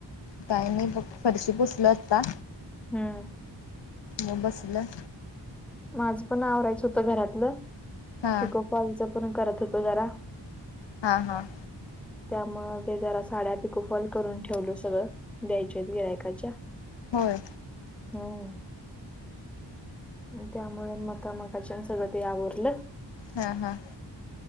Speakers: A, on the left; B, in the centre.
A: काय नाही बघ फरशी पुसलो आता.
B: हम्म.
A: मग बसलं.
B: माझ पण आवरायचं होत घरातलं,
A: हा
B: पीको फॉलच पण करत होतो जरा.
A: हां हां.
B: त्यामूळ ते जरा साड्या पिकोफॉल करून ठेवलो सगळं. द्यायच्यात गिरायकाच्या
A: होय
B: हम्म. त्यामुळं मता मगाच्यान सगळं ते आवरलं.
A: हा हा.